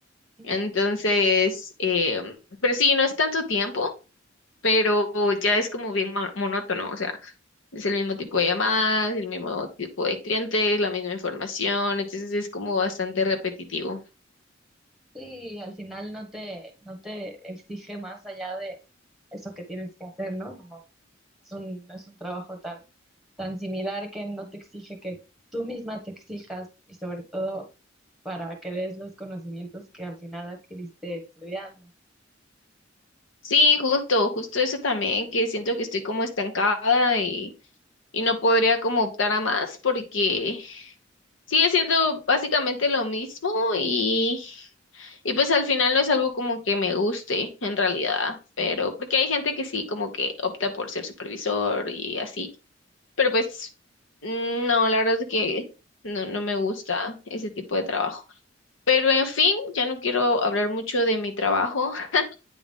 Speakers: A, in the centre; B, on the left.
A: Sí,
B: Entonces, eh, pero sí, no es tanto tiempo, pero ya es como bien mo- monótono, o sea, es el mismo tipo de llamadas, el mismo tipo de clientes, la misma información, entonces es como bastante repetitivo.
A: Sí, al final no te, no te exige más allá de eso que tienes que hacer, ¿no? es un, no es un trabajo tan, tan similar que no te exige que tú misma te exijas y sobre todo para que des los conocimientos que al final adquiriste estudiando.
B: Sí, justo, justo eso también, que siento que estoy como estancada y, y no podría como optar a más porque Sigue siendo básicamente lo mismo y, y pues al final no es algo como que me guste en realidad, pero porque hay gente que sí como que opta por ser supervisor y así, pero pues mm, no, la verdad es que no, no me gusta ese tipo de trabajo. Pero en fin, ya no quiero hablar mucho de mi trabajo. <laughs>